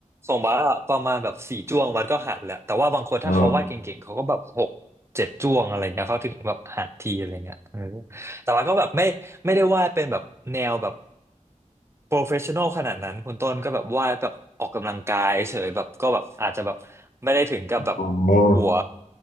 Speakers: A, on the right; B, on the left.
A: ส่งบาสอะประมาณแบบสี่จ้วงมันก็หันแหละแต่ว่าบางคนถ้าเขาวาดเก่งๆเขาก็แบบหกเจ็ดจ้วงอะไรเงี้ยเขาถึงแบบหันทีอะไรเงี้ยเออ
B: อ๋อ
A: แต่ว่าก็แบบไม่ไม่ได้วาดเป็นแบบแนวแบบโปรเฟชชั่นอลขนาดนั้นคุณต้นก็แบบวาดแบบออกกำลังกายเฉยแบบก็แบบอาจจะแบบไม่ได้ถึงกับแบบ
B: อ๋อ
A: หัว